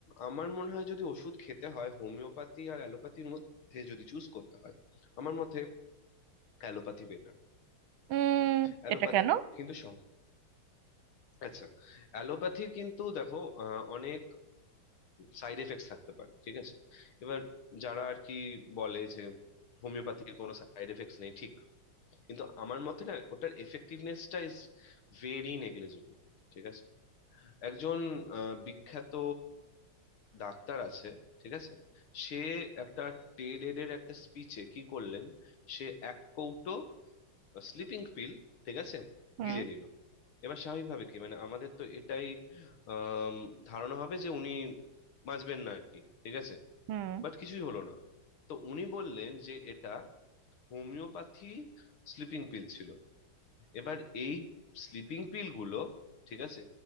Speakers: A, on the left; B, on the right.
A: আমার মনে হয় যদি ওষুধ খেতে হয় হোমিওপ্যাথি আর অ্যালোপ্যাথির মধ্যে যদি চুজ করতে হয় আমার মতে অ্যালোপ্যাথি বেটার
B: উম
A: অ্যালোপ্যাথি
B: এটা কেন
A: কিন্তু সব আচ্ছা অ্যালোপ্যাথির কিন্তু দেখো আহ, অনেক সাইড এফেক্টস থাকতে পারে ঠিক আছে এবার যারা আর কি বলে যে হোমিওপ্যাথির কোনো সাইড এফেক্টস নেই ঠিক কিন্তু আমার মতে না ওটার এফেক্টিভনেসটা ইজ ভেরি নেগলিজেবল ঠিক আছে একজন আহ, বিখ্যাত ডাক্তার আছে ঠিক আছে সে একটা টেড এর একটা স্পিচে কি করলেন সে এক কৌটো স্লিপিং পিল ঠিক আছে
B: হুম
A: গিলে নিল এবার স্বাভাবিকভাবে কি মানে আমাদের তো এটাই আম, ধারণা হবে যে উনি বাঁচবেন না আর কি ঠিক আছে
B: হুম
A: বাট কিছুই হলো না তো উনি বললেন যে এটা হোমিওপ্যাথি স্লিপিং পিল ছিল এবার এই স্লিপিং পিল গুলো ঠিক আছে